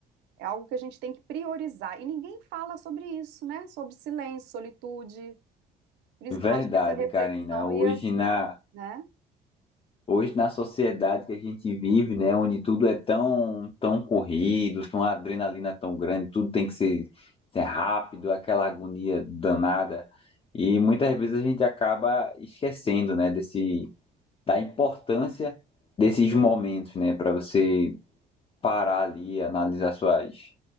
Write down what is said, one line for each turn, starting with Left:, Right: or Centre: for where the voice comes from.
Right: É algo que a gente tem que priorizar. E ninguém fala sobre isso, né? Sobre silêncio, solitude. Por isso
Left: Verdade,
Right: que eu acho que essa reflexão
Left: Karina. Hoje
Right: ia,
Left: na
Right: né?
Left: Hoje, na sociedade que a gente vive, né, onde tudo é tão, tão corrido, tem uma adrenalina tão grande, tudo tem que ser, ser rápido, aquela agonia danada. E muitas vezes a gente acaba esquecendo, né, desse, da importância desses momentos, né, para você parar ali, analisar suas